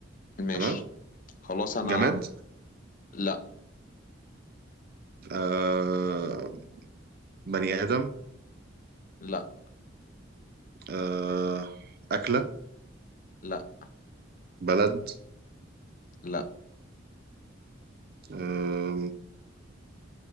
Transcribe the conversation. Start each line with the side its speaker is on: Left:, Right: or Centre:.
Left: ماشي
Right: تمام
Left: خلاص انا
Right: جماد
Left: لا
Right: آه بني آدم
Left: لا
Right: آه أكلة
Left: لا
Right: بلد
Left: لا
Right: آه